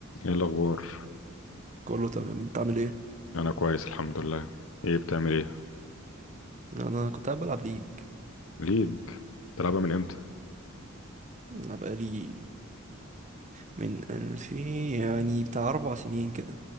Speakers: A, on the left; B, on the right.
A: ايه الاخبار
B: كله تمام انت عامل ايه
A: انا كويس الحمد لله ايه بتعمل ايه
B: انا كنت قاعد بلعب ليج
A: ليج تلعبها من امتى
B: انا بقالي من الفين يعني بتاع اربع سنين كده